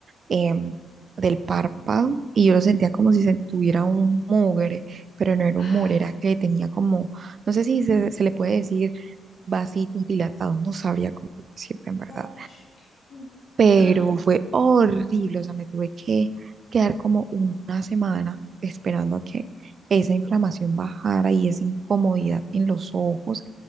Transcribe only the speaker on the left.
ay,
oh, sh- ok.
Ah,